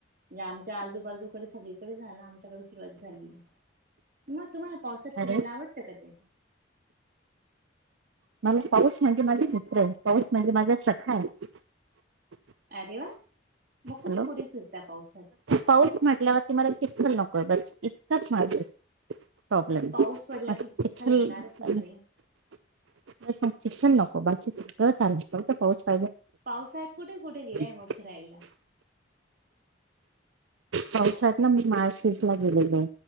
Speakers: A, on the right; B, on the right.
A: म्हणजे आमच्या आजूबाजूकडे सगळीकडे झाला आमच्याकडे सुरुवात झाली <inaudible> मग तुम्हाला पावसात फिरायला
B: अरे
A: आवडतं का तेई <inaudible>
B: म पाऊस म्हणजे माझ मित्र आहे <inaudible> पाऊस म्हणजे माझ्या सखा आहे <inaudible>
A: अरे वा- <inaudible>
B: हॅलो
A: कुठे फिरता पावसात?
B: पाऊस म्हटल्यावरती मला चि्खुल नको <inaudible> ब बच इतकंच माझं <inaudible> प्रोॉब्लेम
A: पाऊस
B: <unintelligible>
A: पडला की चिखल येणारच ना ताई.
B: शिक्षण नको बाकी फुटकळ चालते पण पाच
A: पावसाळ्यात कुठे कुठे गेलाय मग
B: <inaudible>
A: फिरायला?
B: <unintelligible> पावसात ना मी मार्शिस ला गेलेले